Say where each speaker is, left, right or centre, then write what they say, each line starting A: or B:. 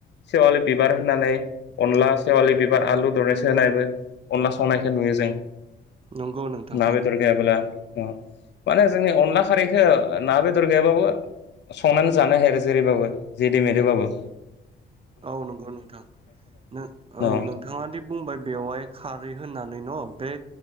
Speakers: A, on the left; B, on the right.
A: सेवालि बिबार होनानै अनला सेवालि बिबार आलु दरनैसो होनायबो अनला संनायखौ नुयो जों।
B: नंगौ नोंथां
A: ना
B: थारैनो
A: बेदर गैयाब्ला ओ माने जोंनि अनला खारैखौ ना बेदर गैयाबाबो संनानै जानो हायो आरो जेरैबाबो जेदो मेदोबाबो।
B: औ नंगौ नोंथां
A: न
B: औ
A: अ
B: नोंथाङादि बुंबाय बेवहाय खारै होननानै न'? बे